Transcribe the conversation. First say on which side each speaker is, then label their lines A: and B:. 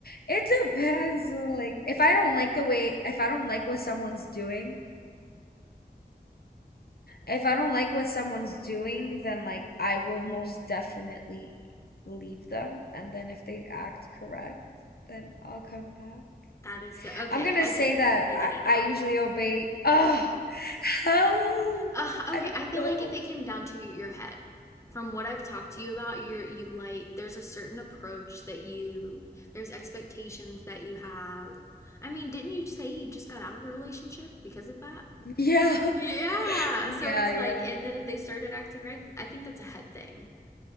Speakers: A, on the left (about 65°); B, on the left (about 15°).
A: It depends. Like, if I don't like the way, if I don't like what someone's doing, if I don't like what someone's doing, then like I will most definitely leave them. And then if they act correct, then I'll come back.
B: That is so, okay.
A: I'm gonna
B: I
A: say
B: get,
A: that
B: I
A: I,
B: get it now.
A: I usually obey. Ugh, help!
B: Uh,
A: I
B: okay,
A: don't
B: I feel
A: know.
B: like if it came down to your head, from what I've talked to you about, you're you like there's a certain approach that you there's expectations that you have. I mean, didn't you say you just got out of a relationship because of that?
A: Yeah. <laughs>
B: Yeah.
A: Yeah,
B: So it's
A: yeah.
B: like, and then if they started acting right, I think that's a head thing.